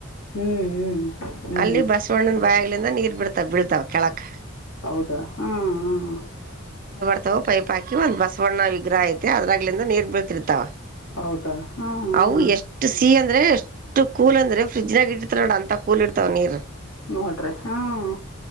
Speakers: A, on the left; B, on the right.
A: ಹ್ಞೂ ಹ್ಞೂ ಹ್ಞೂ
B: ಅಲ್ಲಿ ಬಸವಣ್ಣನ ಬಾಯಗ್ಲಿಂದ ನೀರ್ ಬಿಡ್ತಾವ ಬಿಳ್ತಾವ ಕೆಳಕ್ಕ.
A: ಹೌದಾ ಹ್ಮ್ ಹ್ಮ್
B: ಅಥವಾ ಪೈಪ್ ಹಾಕಿ ಒಂದ ಬಸವಣ್ಣ ವಿಗ್ರಹ ಐತೆ ಅದ್ರಾಗ್ಲಿಂದ ನೀರ್ ಬೀಳ್ತಿರ್ತಾವ.
A: ಹೌದಾ ಹಾಂ ಹಾಂ
B: ಅವು ಎಷ್ಟು ಸಿ ಅ ಅಂದ್ರೆ ಎಷ್ಟು ಕೂ ಅಂದ್ರೆ ಫ್ರಿಜ್ನಾಗ ಇಟ್ಟಿರ್ತಾರಲ್ಲ ನೋಡ ಅಂತ ಕೂಲ್ ಇಡ್ತಾವ ನೀರ್.
A: ನೋಡ್ರಿ ಹ್ಮ